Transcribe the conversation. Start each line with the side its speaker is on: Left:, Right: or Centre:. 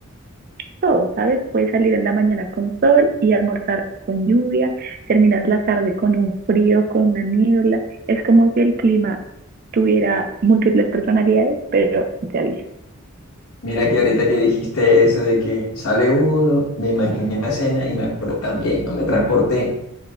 Right: todo, ¿sabes? Puedes salir en la mañana con sol y almorzar con lluvia, terminas la tarde con un frío, con una niebla. Es como si el clima tuviera múltiples personalidades, pero te avisa.
Left: Mira que ahorita que dijiste eso de que sale uno, me imaginé la escena y me acordé también, no me transporté